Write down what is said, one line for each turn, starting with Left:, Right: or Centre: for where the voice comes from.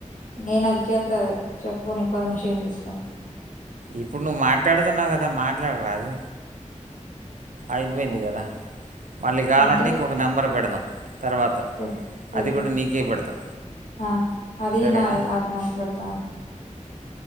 Left: నేను అది చేస్తా చెప్పు నీ పర్మిషన్ తీసుకొని
Right: ఇప్పుడు నువ్వు మాట్లాడుతున్నావు కదా మాట్లాడరాదు అయిపోయింది
Left: చ
Right: కదా మళ్ళీ కావాలంటే
Left: అంటే
Right: ఇంకొక నెంబర్ పెడదాం తర్వాత
Left: పె పెట్టు
Right: అది కూడా నీకే పెడతా
Left: ఆ అది
Right: సరేనా
Left: నా అది నెంబర్ పెడతా